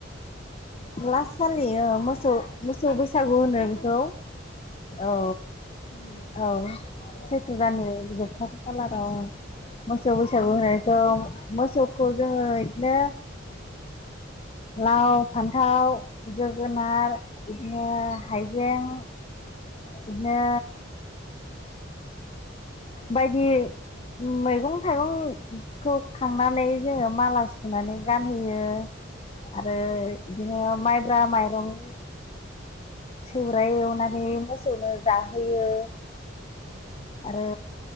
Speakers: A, on the left; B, on the left.
A: औ
B: लास खालियो मोसौ
A: जोबथा
B: मोसौ बैसागु होनो
A: जोबथा
B: बेखौ
A: खालाराव
B: औ।
A: उम
B: औ
A: औ
B: सैथ्र' दाननि जोबथा
A: ओमफ्राय
B: खालाराव
A: मानसि
B: औ। मोसौ बैसागु होनायखौ मोसौखौ जोङो एदिनो लाव फान्थाव जोगोनार बिदिनो
A: ओरैनो
B: हाइजें। बिदिनो। बायदि मैगं थाइगं। खौ खांनानै जोङो माला सुनानै गानहोयो आरो। बिदिनो माइब्रा माइरं। सौराय एवनानै मोसौनो जाहोयो। आरो